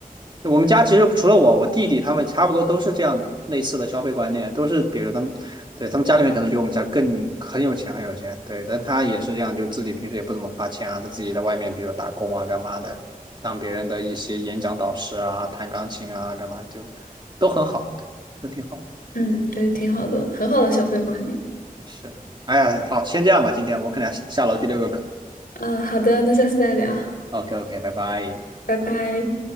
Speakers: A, on the right; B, on the left.
A: 我们家其实除了我，我弟弟他们差不多都是这样类似的消费观念，都是比如他们，对，他们家里面可能比我们家更很有钱，很有钱，对，但他也是这样，就自己平时也不怎么花钱啊，他自己在外面，比如打工啊，干嘛的，当别人的一些演讲导师啊，弹钢琴啊，干嘛就都很好，都挺好的，
B: 嗯，对，挺好的，很好的消费观念。
A: 是，哎呀，好，先这样吧，今天我可能要下下楼去遛个狗
B: 嗯，好的，那下次再聊，
A: ，OK OK，拜拜。
B: 拜拜。